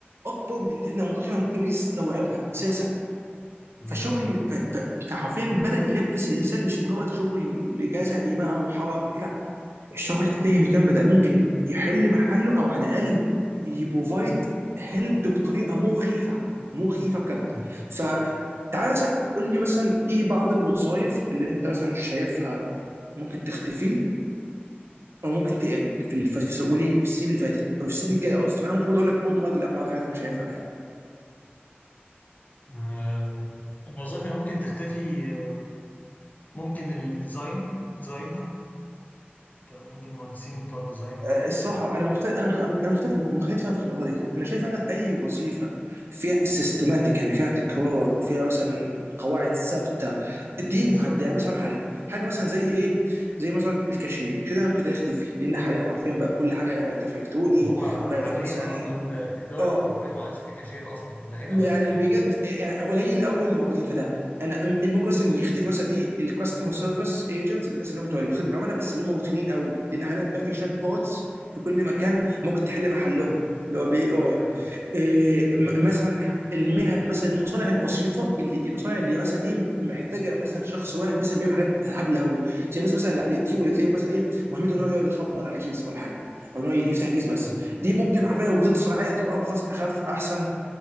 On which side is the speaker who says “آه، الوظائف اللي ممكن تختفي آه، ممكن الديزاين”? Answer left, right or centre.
Left